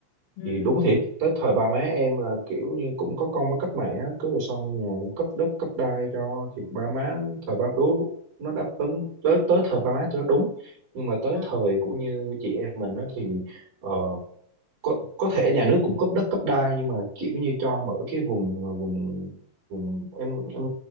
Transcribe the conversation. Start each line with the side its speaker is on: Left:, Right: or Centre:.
Left: ừ
Right: thì đúng thiệt tới thời ba má em là kiểu như cũng có công với cách mạng á cứ rồi xong nhà cũng cấp đất cấp đai cho thì ba má thời ba đối nó đáp ứng tới tới thời ba má cho nó đúng nhưng mà tới
Left: ừ ừ
Right: thời của như chị em mình á thì ờ, có có thể nhà nước cũng cấp đất cấp đai nhưng mà kiểu như cho mở cái vùng ờ, vùng vùng em em